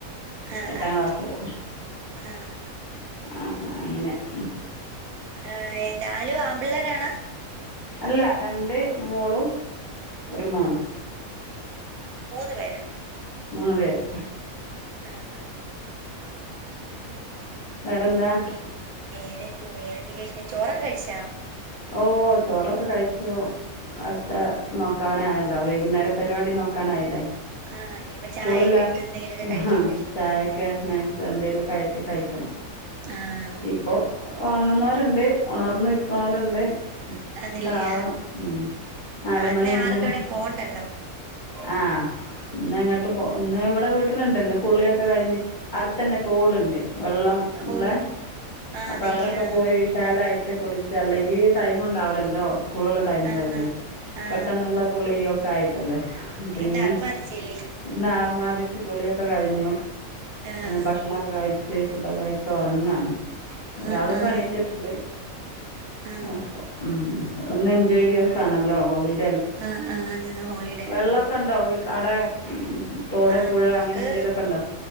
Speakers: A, on the right; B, on the left.
A: ആഹ്
B: എട്ടാ
A: ആഹ്
B: ക്ലാസില്
A: ആഹ്
B: ആഹ് ആഹ് അങ്ങനെ ഉം
A: ഏയ് നാലും ആമ്പിള്ളേരാണ്
B: അല്ല രണ്ട് മോളും ഒരു മോനും
A: മൂന്ന് പേരാ
B: മൂന്ന് പേര്
A: ആഹ് ആഹ്
B: വേറെന്താ?
A: പി വേറെന്തോ വേറെന്ത് വിശേഷംചോറൊക്കെ കഴിച്ചാ?
B: ഓഹ് ചോറൊക്കെ കഴിച്ചു. അടുത്ത നോക്കാവാനായല്ലോ വൈകുന്നേര പരിവാടി നോക്കാനായില്ലേ?
A: ആഹ് ഇനിയിപ്പ
B: സ്കൂളില്ല
A: ചായയൊക്കെ ഇട്ട് എന്തെങ്കിലുമൊക്കെ കഴിക്കണ്ടേ
B: ഹ ചായൊക്കെ സ്നാക്സ് എന്തേലും കായിറ്റ് കഴിക്കണം.
A: ആഹ്
B: ഇപ്പൊ ഉറങ്ങുന്നവരുണ്ട്. ഉണർന്ന് കാലുണ്ട്
A: അന്നില്ലേ
B: കാവണം ഉം നാലുമണി
A: അന്ന്
B: അഞ്ചുമണി
A: ആർക്കും എവിടേം പോണ്ടല്ലോ
B: ആഹ് ഇന്ന് എങ്ങട്ട് പോ ഇന്ന് ഇവിടെ വീട്ടിലണ്ട് ഇന്ന് കുള്ളിയൊക്കെ കഴിഞ്ഞ് അടുത്തന്നെ തോടുണ്ട്. വെള്ളം ഉള്ളെ
A: ഓഹ് ആന്നല്ലേ
B: അപ്പൊ അവിടെക്കെ
A: ആഹ്
B: പോയി വിശാലായി ട്ട് കുളിച്ച അല്ലെങ്കി ടൈമ്ണ്ടാവ് ലല്ലോ സ്കൂൾള്ള ടൈമുകളല്ലേ.
A: ആഹ് ആഹ് ആഹ്
B: പെട്ടെന്നുള്ള കുളിയൊ ക്കായിട്ടല്ലേ പിന്നെ
A: ഇന്ന് അർമാദിച്ചല്ലേ
B: ഇന്ന് ആർമാതി തിച്ച് ക്കുളിയൊക്കെ കഴിഞ്ഞു
A: ആഹ്
B: ഭക്ഷണൊക്കെ കഴിച്ച ഫുഡൊക്കെ കഴിച്ച് ഉറങ്ങയാണ് ഒരാള്
A: ആഹ് ആഹ്
B: പണീറ്റിട്ടുണ്ട്
A: ആഹ്
B: അപ്പ ഉ ഒന്ന് എൻജോയ് ദിവസംആണല്ലോ ഹോളിഡേ
A: ആ ആ ഇന്ന്ഞ് ഹോളി
B: വെള്ളമൊക്കെ ഉണ്ടാ വിട്ട് അവിടെ തോട്
A: ആ
B: പുഴ
A: നമുക്ക്
B: അങ്ങനെ എന്തേലുമൊക്കെ ഉണ്ടോ